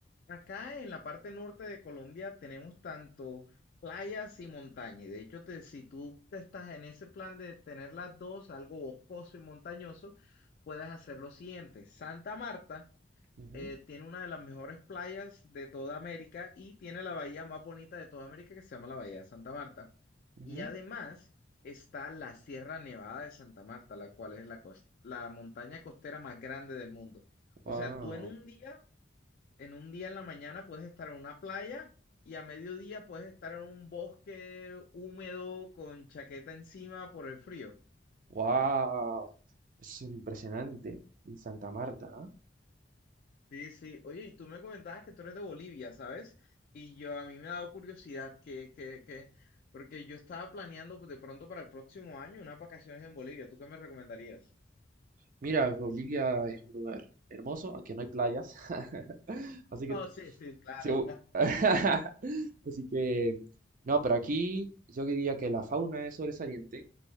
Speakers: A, on the left (about 50°); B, on the right (about 45°).
A: acá en la parte norte de Colombia tenemos tanto playas y montaña, y de hecho te, si tú te estás en ese plan de tener las dos, algo boscoso y montañoso, puedes hacer lo siguiente. Santa Marta
B: Ujú,
A: eh, tiene una de las mejores playas de toda América y tiene la bahía más bonita de toda América que se llama la Bahía de Santa Marta.
B: ujú.
A: Y además está la Sierra Nevada de Santa Marta, la cual es la, cos- la montaña costera más grande del mundo. O
B: Wow,
A: sea, tú en un día, en un día en la mañana puedes estar en una playa y a mediodía puedes estar en un bosque húmedo con chaqueta encima por el frío.
B: wow, eso es impresionante en Santa Marta, ¿ah?
A: Sí, sí. Oye, y tú me comentabas que tú eres de Bolivia, ¿sabes? Y yo a mí me ha dado curiosidad que, que, que, porque yo estaba planeando pues, de pronto para el próximo año unas vacaciones en Bolivia. ¿Tú qué me recomendarías?
B: Mira, Bolivia es un lugar hermoso, aunque no hay playas, <laughs> así que
A: No, sí, sí, claro.
B: Sí, u- <laughs> Así que, no, pero aquí yo diría que la fauna es sobresaliente